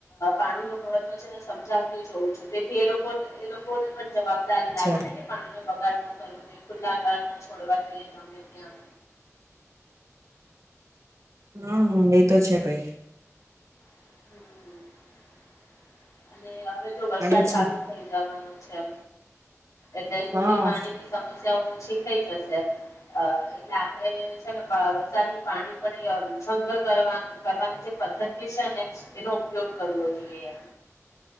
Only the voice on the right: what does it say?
અચ્છા
હમ એ તો છે ભાઈ
પાણી છે
હા